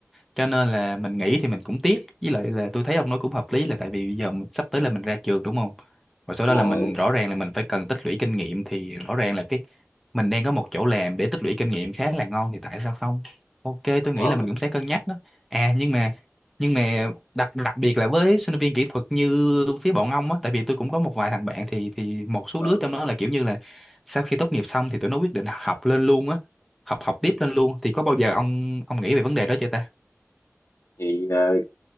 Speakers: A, in the centre; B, on the left.
A: cho nên là mình nghỉ thì mình cũng tiếc với lại là tôi thấy ông nói cũng hợp lý là tại vì bây giờ mình, sắp tới là mình ra trường đúng không rồi sau
B: đúng
A: đó là
B: rồi
A: mình rõ ràng là mình phải cần tích lũy kinh nghiệm thì rõ ràng là cái mình đang có một chỗ làm để tích lũy kinh nghiệm khá là ngon thì tại sao không ok
B: đúng
A: tôi nghĩ
B: rồi
A: là mình cũng sẽ cân nhắc đó à nhưng mà nhưng mà đặc đặc biệt là với sinh viên kỹ thuật như phía bọn ông á tại vì tôi cũng có một vài thằng bạn thì thì một số
B: ừ
A: đứa trong đó là kiểu như là sau khi tốt nghiệp xong thì tụi nó quyết định học lên luôn á học học tiếp lên luôn thì có bao giờ ông ông nghĩ về vấn đề đó chưa ta
B: thì ờ,